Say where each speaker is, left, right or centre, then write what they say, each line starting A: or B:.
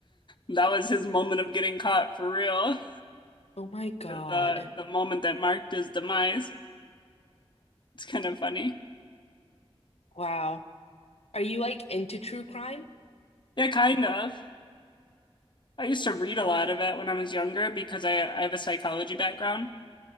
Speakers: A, on the left (about 50°); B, on the left (about 85°).
A: that was his moment of getting caught for real.
B: oh my God.
A: the the moment that marked his demise. It's kind of funny.
B: Wow. Are you like into true crime?
A: Yeah, kind of. I used to read a
B: Okay.
A: lot of it when I was younger because I I have a psychology background.